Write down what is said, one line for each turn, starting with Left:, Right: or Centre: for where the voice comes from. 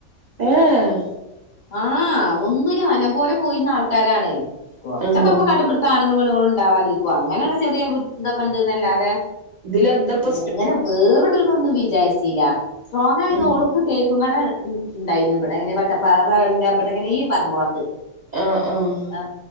Right: ഏഹ്
Left: ആഹ് ഒന്നും അല്ലകേ പോയിര്ന്ന ആൾക്കാരാണ് കൊറച്ചൊക്കെ
Right: ആഹ്
Left: ഇപ്പ കടമ്പ ആണുങ്ങളും പെണുങ്ങളും ണ്ടവാതിരിക്കുവ അങ്ങനെയുള്ള ചെറിയ ഇതൊക്കെണ്ടന്നല്ലാതെ
Right: ഇതിലെന്തപ്പൊ
Left: അങ്ങനെ വേറിടിനോന്നും വിചാരിച്ചില്ല സ്ട്രോങ്ങ് ആയതോളൂ
Right: ഉം
Left: കേക്കും കട ണ്ടായിരുന്നു ഇവിട അങ്ങനെ വട്ടപ്പാറ എല്ലാം ഇവിടെങ്ങനെ ഈ പറമ്പോളത്ത്
Right: ആഹ് ആഹ്
Left: ആഹ്